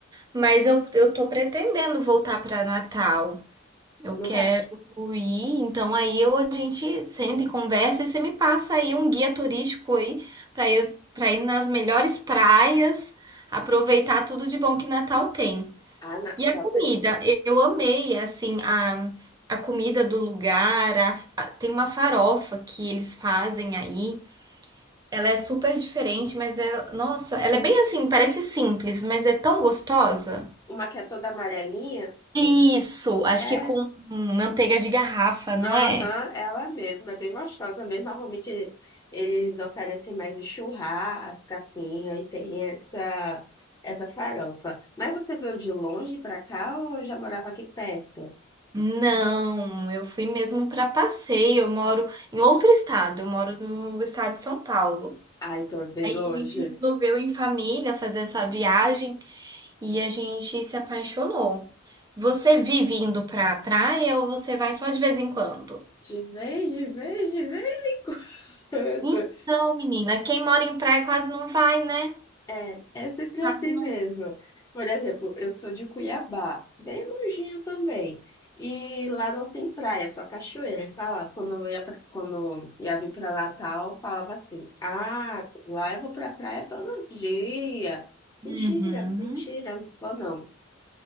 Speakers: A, on the right; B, on the left.
A: Mas eu, eu tô pretendendo voltar para Natal. Eu
B: no...
A: quero
B: ca-
A: ir, então aí eu, a gente senta e conversa e você me passa aí um guia turístico aí para eu para ir nas melhores praias, aproveitar tudo de bom que Natal tem.
B: Ah, na...
A: E a
B: tá,
A: comida,
B: tem-
A: eu amei, assim, a, a comida do lugar, a- a- tem uma farofa que eles fazem aí, ela é super diferente, mas é, nossa, ela é bem assim, parece simples, mas é tão gostosa.
B: Uma que é toda amarelinha.
A: Isso, acho
B: É
A: que com manteiga de garrafa, não
B: Aham,
A: é?
B: ela mesma, é bem gostosa mesmo. Normalmente eles oferecem mais em churrasco, assim, aí tem essa, essa farofa. Mas você veio de longe pra cá ou já morava aqui perto?
A: Não, eu fui mesmo para passeio, eu moro em outro estado, eu moro no estado de São Paulo.
B: Ai, tô bem
A: Aí
B: longe.
A: a gente resolveu em família fazer essa viagem. E a gente se apaixonou. Você vive indo pra praia ou você vai só de vez em quando?
B: De vez, de vez, de vez em quando.
A: Então, menina, quem mora em praia quase não vai, né?
B: É, é sempre
A: Quase
B: assim mesmo.
A: não,
B: Por exemplo, eu sou de Cuiabá, bem longinho também. E lá não tem praia, só cachoeira. E fala, quando eu ia, pra- quando eu ia vir para Natal, falava assim: Ah, lá eu vou pra praia todo dia. Mentira,
A: Uhum.
B: mentira, não vou não.